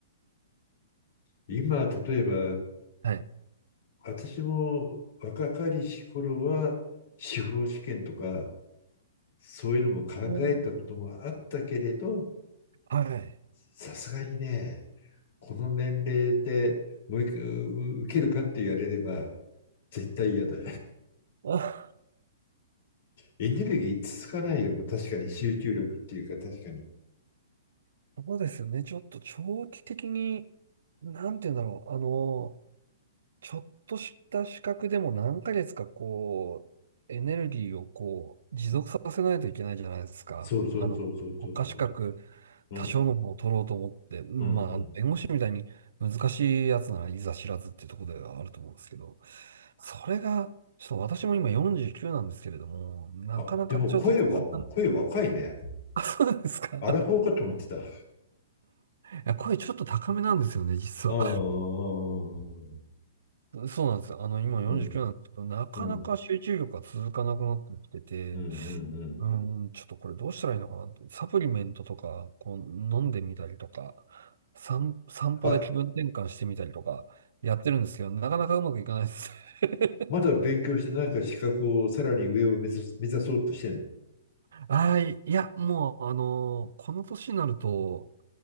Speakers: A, on the left; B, on the right.
A: 今、例えば、
B: はい。
A: 私も若かりし頃は、司法試験とか、そういうのも考えたこともあったけれど、
B: うん。はい。
A: さすがにね、この年齢でもう一回う受けるかって言われれば、絶対嫌だ。
B: あ、
A: エネルギー続かないよ。確かに集中力っていうか、確かに。
B: そうですよね。ちょっと長期的に、なんて言うんだろう。あのちょっとした資格でも何ヶ月かこう、エネルギーをこう、持続させないといけないじゃないですか。
A: そうそうそうそうそうそう。
B: あの、国家資格、
A: うん。
B: 多少のものを取ろうと思って、うんまあ、
A: うんうん。
B: あの弁護士みたいに難しいやつならいざ知らずっていうところではあると思うんですけど、それが、ちょっと私も今49なんですけれども、なかなかちょっと続かない。
A: あ、でも声は、声若いね。
B: あ、そうなんですか。
A: アラフォーかと思ってた。
B: <laughs> い
A: ああ、
B: や、声ちょっと高めなんですよね、実は。
A: うん、
B: そうなんです。あの、今49なんですけど、
A: うん、
B: なかなか集中力が続かなくなってきてて、
A: うん、うん、うん。
B: うん、うんちょっとこれどうしたらいいのかなって、サプリメントとか、こう、飲んでみたりとか、散、散歩で気分転換してみたりとか、
A: あ、
B: やってるんですけど、なかなかうまくいかないです。<laughs>
A: まだ勉強してなんか資格をさらに上を目指す、目指そうとしてんの。
B: ああ、いや、もう、あのこの年になると、